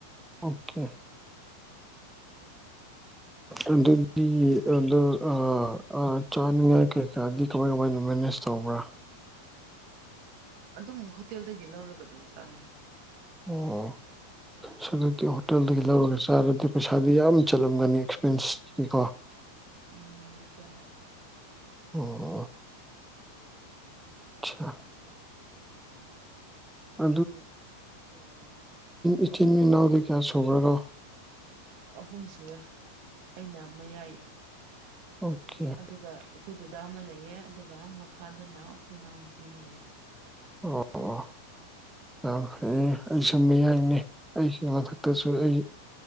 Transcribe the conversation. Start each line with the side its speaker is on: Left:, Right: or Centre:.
Centre: ꯑꯣꯀꯦ
Right: <unintelligible>
Centre: ꯑꯗꯨ ꯑꯗꯨꯗꯤ ꯑꯗꯨ ꯑꯗꯨꯣ ꯑ ꯆꯥꯅꯤꯉ ꯀꯦꯀ ꯀꯃꯥꯏ ꯀꯃꯥꯏꯅ ꯃꯦꯅꯦꯖ ꯇꯧꯕ꯭ꯔꯥ
Right: ꯑꯗꯨꯝ ꯍꯣꯇꯦꯜꯗꯒꯤ ꯂꯧꯔꯒ ꯑꯗꯨꯝ ꯆꯥꯏꯌꯦ
Centre: ꯑꯣ ꯑ ꯑꯗꯨꯛꯇꯤ ꯍꯣꯇꯦꯜꯗꯒꯤ ꯂꯧꯔꯒ ꯆꯥꯔꯗꯤ ꯄꯩꯁꯥꯗꯤ ꯌꯥꯝ ꯆꯠꯂꯝꯒꯅꯤ ꯑꯦꯛꯁꯄꯦꯟꯁꯅꯤ ꯀꯣ <unintelligible>
Right: ꯎꯝ ꯆꯂꯦ
Centre: ꯑꯣ ꯆꯥ
Right: ꯑꯣ
Centre: ꯑ ꯏꯆꯤꯟ ꯏꯅꯥꯎꯗꯤ ꯀꯌꯥ ꯁꯨꯕ꯭ꯔꯅꯣ
Right: ꯑꯍꯨꯝ ꯁꯑꯦ ꯑꯩꯅ ꯃꯌꯥꯏ
Centre: ꯑꯣꯀꯦ
Right: ꯑꯗꯨꯒ ꯑꯩꯈꯣꯏ ꯗꯥ ꯑꯃ ꯂꯩꯌꯦ ꯑꯗꯨꯒ ꯃꯈꯥꯗꯅ ꯑꯩꯈꯣꯏ ꯏꯅꯥꯎꯅꯨꯄꯤ ꯑꯃ ꯂꯩꯌꯦ
Centre: ꯑꯣ ꯑꯣ ꯌꯥꯝ ꯐꯩ ꯑꯩꯁꯨ ꯃꯤꯌꯥꯏꯅꯤ ꯑꯩꯒꯤ ꯃꯊꯛꯇꯁꯨ ꯑꯩ